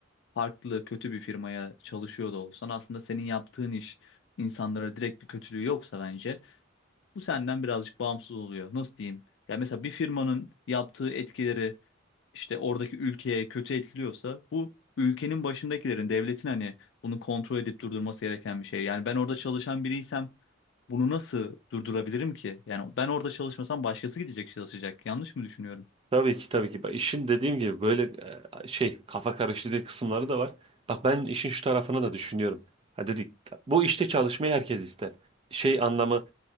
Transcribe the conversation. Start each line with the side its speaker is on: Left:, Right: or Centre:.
Left: farklı kötü bir firmaya çalışıyor da olsan aslında senin yaptığın iş insanlara direkt bir kötülüğü yoksa bence bu senden birazcık bağımsız oluyor. Nasıl diyeyim? Ya mesela bir firmanın yaptığı etkileri işte oradaki ülkeye kötü etkiliyorsa bu ülkenin başındakilerin, devletin hani bunu kontrol edip durdurması gereken bir şey. Yani ben orada çalışan biriysem bunu nasıl durdurabilirim ki? Yani ben orada çalışmasam başkası gidecek çalışacak. Yanlış mı düşünüyorum?
Right: Tabii ki tabii ki. Bak, işin dediğim gibi böyle e, şey kafa karıştırdığı kısımları da var. Bak ben işin şu tarafını da düşünüyorum. Ha dedik bu işte çalışmayı herkes ister. Şey anlamı